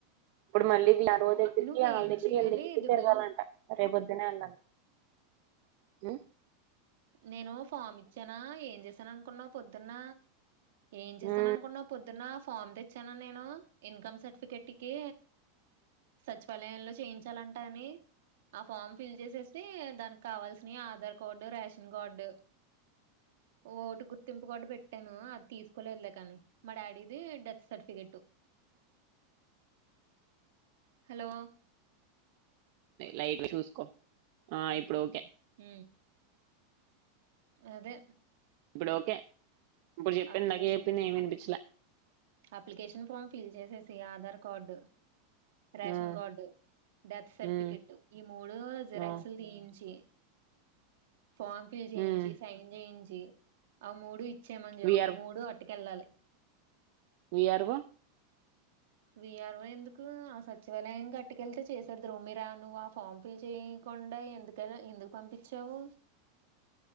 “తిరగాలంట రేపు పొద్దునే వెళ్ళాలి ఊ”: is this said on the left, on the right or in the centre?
Right